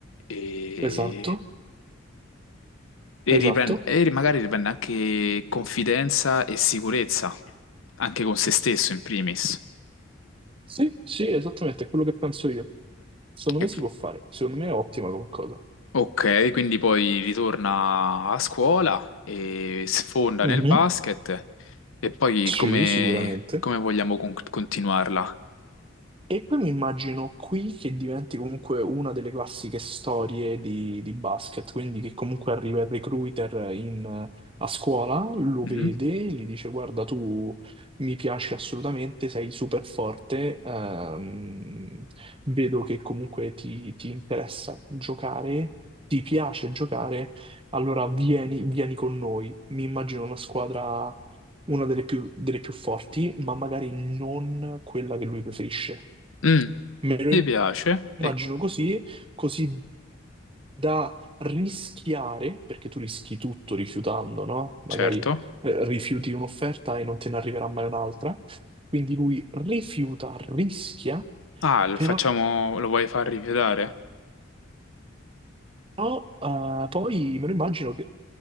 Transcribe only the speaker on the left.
e,
e
riprende, e ri- magari riprende anche confidenza e sicurezza, anche con se stesso in primis.
E-
Ok, quindi poi ritorna a scuola e sfonda
nel basket e poi
come,
come vogliamo con- continuarla?
Mhm.
Mm,
mi piace,
e
certo.
Ah, lo
facciamo, lo vuoi far rifiutare?